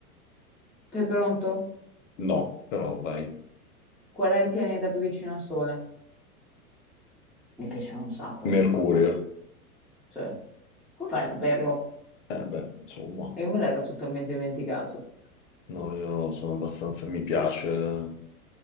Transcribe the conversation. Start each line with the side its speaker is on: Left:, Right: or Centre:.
Centre: sei pronto?
Left: No, però vai.
Centre: Qual è il pianeta più vicino al Sole? Mi piaceva un sacco da
Left: Mercurio.
Centre: piccola. Sì. Come fai a saperlo?
Left: Eh beh, insomma.
Centre: Io me l'ero totalmente dimenticato.
Left: No, io sono abbastanza... Mi piace... eh,